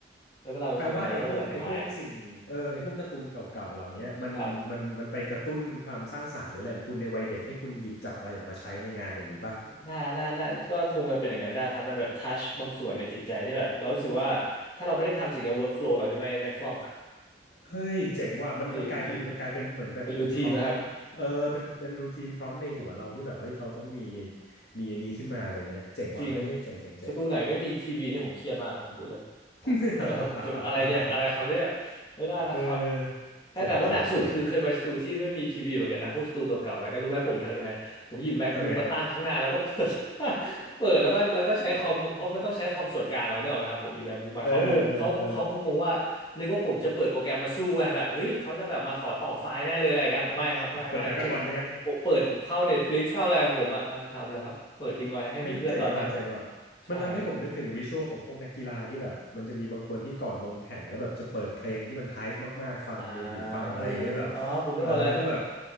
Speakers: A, on the left; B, on the left.
A: แล้วเวลาเราทำงานเราก็จะแบบไวาย
B: แปลว่าไอ้พวกไอ้พวกสิ่งเออไอ้พวกการ์ตูนเก่าๆเหล่าเนี้ยมันมันมันไปกระตุ้นความสร้างสรรค์หรืออะไรของคุณในวัยเด็กให้คุณหยิบจับอะไรออกมาใช้ในงานอย่างนี้ป่ะ
A: ครับหน่าหน้าหน้าก็คงจะเป็นอย่างนั้นได้ครับมันแบบทัชบางส่วนในจิตใจที่แบบเรารู้สึกว่าถ้าเราไม่ได้ทำสิ่งเนี้ย workflow เราจะไม่ไม่คล่อง
B: เฮ้ยเจ๋งว่ะมันมันกลายเป็นมันกลายเป็นเหมือนแบบเป็นพร้อม
A: <laughs> จริงจริงเป็นรูทีนไหมครับ
B: เออเป็นเป็นรูทีนพร้อมในหัวเราที่แบบเฮ้ยเราต้องมีมีอันนี้ขึ้นมาอะไรเงี้ยเจ๋งว่ะเฮ้ยเจ๋งเจ๋งเจ๋ง
A: จริงสตูไหนไม่มีทีวีเนี่ยผมเครียดมากเอาบุญเลย
B: <laughs>
A: <laughs> แบอะไรเนี่ยอะไรครับเนี่ยไม่ได้นะครับ
B: เออ
A: แค่แต่ว่าหนักสุดคือเคยไปสตูที่ไม่มีทีวีเหมือนกันนะพวกสตูเก่าๆนะครับรู้ไหมผมทำยังไงผมหยิบ
B: เจ๋งเจ๋งเจ๋ง
A: MacBook
B: ทำไงฮะ
A: มาตั้งข้างหน้าแล้วก็เปิด
B: <laughs>
A: <laughs> เปิดแล้วก็แล้วก็ใช้คอมเพราะมันต้องใช้คอมส่วนกลางอะไรเนี่ยหรอกไหมครับผมหยิบ MacBook มาเขางงเขาเขาคงงงว่านึกว่าผมจะเปิดโปรแกรมมาสู้ไงแบบเฮ้ยเขาจะแบบมาขอต่อไฟล์แน่เลยอะไรอย่างนั้นไม่ครับไม่ไม่ผม
B: เออเออเออ เปิดดราก้อนบอลทั้งนั้น
A: ผมเปิดเข้า Netflix เข้าอะไรของผมอ่ะเออทำเลยครับเปิดทิ้งไว้ให้มีเพื่อนตอนนั่ง
B: เฮ้ยเจ๋งว่ะเจ๋งว่ะ
A: ใช่
B: มันทำให้ผมนึกถึงริชวลของพวกนักกีฬาที่แบบมันจะมีบางคนที่ก่อนลงแข่งแล้วแบบจะเปิดเพลงที่มันไฮป์มากๆฟังในหูฟังอะไรอย่างเงี้ยแบบเออแล้วก็แบบ
A: อ่าเอออ๋อผมนึกออกแล้ว